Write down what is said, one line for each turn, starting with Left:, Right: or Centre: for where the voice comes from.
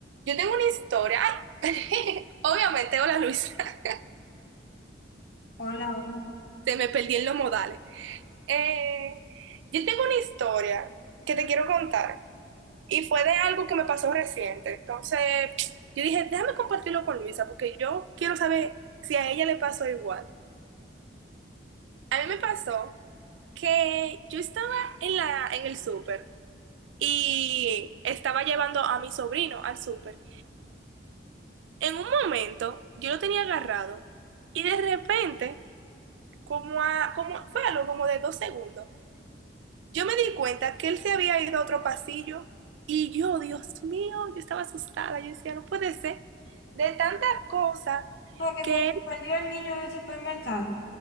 Right: Yo tengo una historia. ¡Ay! <laughs> Obviamente, hola Luisa. <laughs>
Left: Hola, hola.
Right: Se me perdí en los modales. Eh, yo tengo una historia que te quiero contar. Y fue de algo que me pasó reciente. Entonces, yo dije, déjame compartirlo con Luisa, porque yo quiero saber si a ella le pasó igual. A mí me pasó que yo estaba en la, en el súper y estaba llevando a mi sobrino al súper. En un momento yo lo tenía agarrado y de repente, como, a- como fue algo como de dos segundos, yo me di cuenta que él se había ido a otro pasillo y yo, Dios mío, yo estaba asustada, yo decía, no puede ser, de tanta cosa
Left: O sea, que
Right: que
Left: se te
Right: él,
Left: perdió el niño en el supermercado.